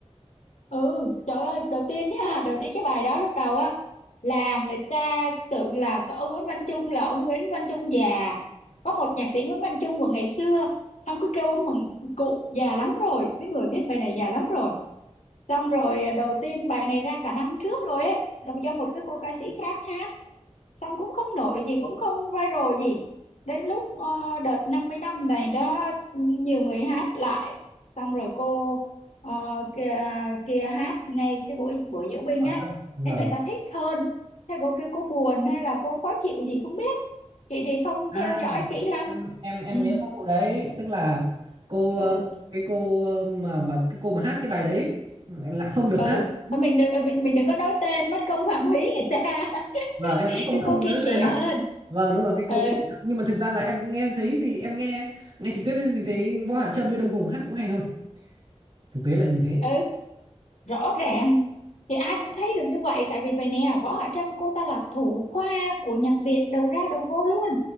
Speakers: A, on the left; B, on the right.
A: ừ trời ơi đầu tiên nha đầu tiên cái bài đó lúc đầu á là người ta tưởng là có ông Nguyễn Văn Trung là ông Nguyễn Văn Trung già có một nhạc sĩ Nguyễn Văn Trung của ngày xưa xong cứ kêu ông mừng cụ già lắm rồi cái người viết bài này già lắm rồi xong rồi à, đầu tiên bài này ra cả năm trước rồi ấy là do một cái cô ca sĩ khác hát xong cũng không nổi gì cũng không viral gì đến lúc ờ, đợt 50 năm này đó nhiều người hát lại xong rồi cô ờ, kia, kia hát ngay cái buổi buổi diễu binh
B: hỏi
A: ấy
B: thầm vâng
A: thế người ta thích hơn thế cô kêu cô buồn hay là cô khó chịu gì không biết chị thì không
B: À,
A: theo dõi kỹ lắm
B: em em em
A: ừ
B: nhớ có vụ đấy, tức là cô ờ,
A: ừ
B: cái cô ờ, mà mà cái cô mà hát cái bài đấy lại không được
A: ừ
B: hát. Ừ,
A: Thôi mình đừng mình, mình đừng có nói tên mất công phạm húy người ta <laughs>
B: Vâng, em cũng không
A: cái
B: không
A: cô
B: nhớ
A: kia trẻ
B: tên đâu.
A: hơn
B: Vâng, đúng rồi cái
A: ừ
B: cô nhưng mà thực ra là em nghe thấy thì em nghe nghe trực tiếp thì thấy Võ Hạ Trâm với Đông Hùng hát cũng hay hơn. Thực tế là như thế.
A: ừ rõ ràng thì ai cũng thấy được như vậy tại vì vậy nè Võ Hạ Trâm cô ta là thủ khoa của nhạc viện đầu ra đầu vô luôn